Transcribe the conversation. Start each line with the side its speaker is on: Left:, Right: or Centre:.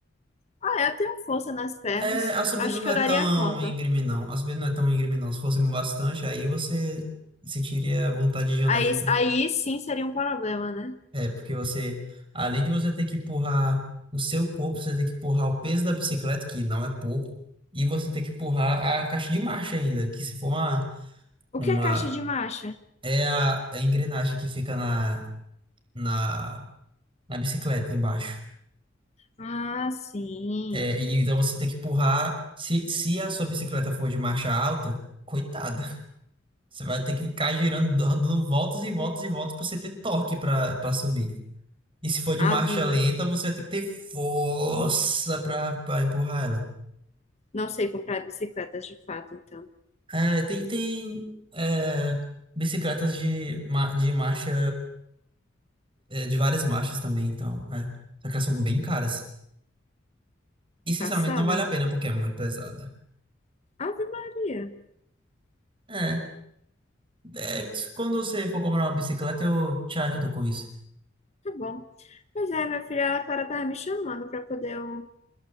Left: Ah, eu tenho força nas pernas.
Right: É, a subida
Left: Acho
Right: não
Left: que
Right: é
Left: eu
Right: tão
Left: daria conta.
Right: íngreme, não. A subida não é tão íngreme, não. Se fosse bastante, aí você sentiria vontade de andar
Left: Aí,
Right: de pé.
Left: aí sim seria um problema, né?
Right: É, porque você, além de você ter que empurrar o seu corpo, você tem que empurrar o peso da bicicleta, que não é pouco, e você tem que empurrar a caixa de marcha ainda, que se for uma, uma,
Left: O que é caixa de marcha?
Right: é a, a engrenagem que fica na, na, na bicicleta embaixo.
Left: Ah, sim.
Right: É, e então você tem que empurrar. Se, se a sua bicicleta for de marcha alta, coitada. <laughs> Você vai ter que ficar girando, dando voltas e voltas e voltas para você ter torque para para subir. E se for de
Left: Ave
Right: marcha
Left: Maria.
Right: lenta, você vai ter que ter força para para empurrar ela.
Left: Não sei comprar bicicletas de fato, então.
Right: É, tem tem é, bicicletas de, ma- de marcha, é, de várias marchas também, então. É. Só que elas são bem caras. E sinceramente
Left: Passada?
Right: não vale a pena porque é muito pesada.
Left: Ave Maria.
Right: É. É, quando você for comprar uma bicicleta, eu te ajudo com isso.
Left: Tá bom. Pois é, minha filha, a Clara tava me chamando pra poder eu